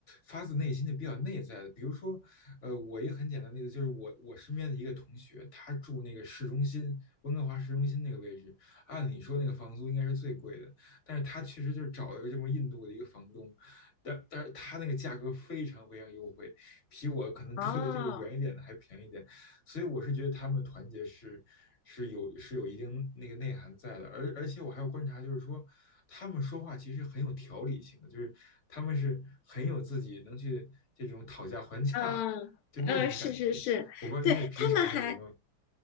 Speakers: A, on the left; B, on the left.
A: 发自内心的比较内在的。比如说，呃，我一个很简单的例子就是我我身边的一个同学，他住那个市中心，温哥华市中心那个位置，按理说那个房租应该是最贵的，但是他确实就是找了个这么印度的一个房东，但但是他那个价格非常非常优惠，比我可能住的这个远一点的还便宜一点，
B: 哦，
A: 所以我是觉得他们的团结是是有是有一定那个内涵在的，而而且我还要观察，就是说他们说话其实很有条理性的，就是他们是很有自己能去这种讨价还价就那种感觉，
B: 嗯嗯，是是是，
A: 我不知道您在职场里有没有
B: 对，他们还